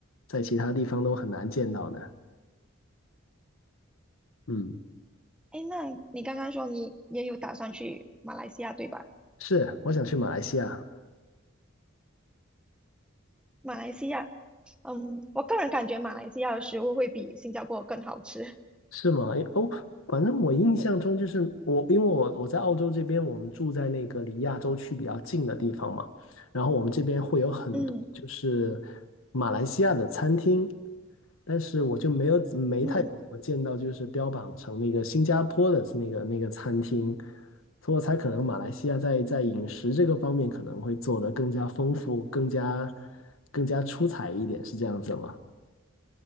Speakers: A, on the left; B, in the centre.
A: 在其他地方都很难见到的。嗯，
B: 哎，那你刚刚说你也有打算去马来西亚，对吧？
A: 是，我想去马来西亚。
B: 马来西亚，嗯，我个人感觉马来西亚的食物会比新加坡更好吃。
A: 是吗？诶哦，反正我印象中就是我，因为我我在澳洲这边，我们住在那个离亚洲区比较近的地方嘛，然后我们这边会有很多就是
B: <laughs> 嗯
A: 马来西亚的餐厅，但是我就没有没太有怎么见到就是标榜成那个新加坡的那个那个餐厅，
B: 嗯，
A: 所以我猜可能马来西亚在在饮食这个方面可能会做得更加丰富，更加更加出彩一点，是这样子吗？